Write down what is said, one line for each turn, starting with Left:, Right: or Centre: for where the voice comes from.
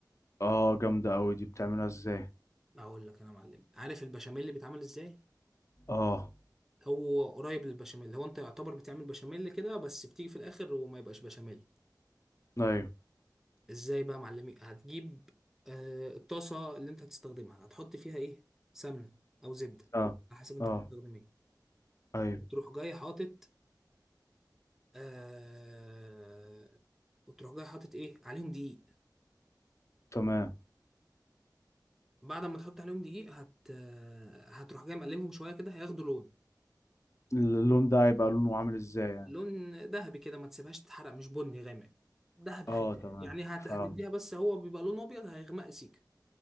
Left: اه جامدة قوي دي بتعملها ازاي
Centre: اقول لك انا معلم عارف البشاميل اللي بيتعمل ازاي
Left: اه
Centre: هو قريب للبشاميل هو انت يعتبر بتعمل بشاميل كده بس بتيجي في الاخر وما يبقاش بشاميل
Left: ايوه
Centre: ازاي بقى يا معلمي هتجيب آه الطاسه اللي انت هتستخدمها هتحط فيها ايه سمنه او زبده
Left: اه
Centre: على حسب انت
Left: اه
Centre: بتستخدم ايه
Left: ايوه
Centre: وتروح جاي حاطط آه وتروح جاي حاطط ايه عليهم دقيق
Left: تمام
Centre: بعد ما تحط عليهم دقيق هت آه، هتروح جاي مقلبهم شويه كده هياخدوا لون
Left: اللون ده هيبقى لونه عامل ازاي يعني
Centre: لون ذهبي كده ما تسيبهاش تتحرق مش بني غامق ذهبي
Left: اه
Centre: فاتح
Left: تمام
Centre: يعني هت...
Left: فاهم
Centre: هتديها بس هو بيبقى لون ابيض هيغمق سيكه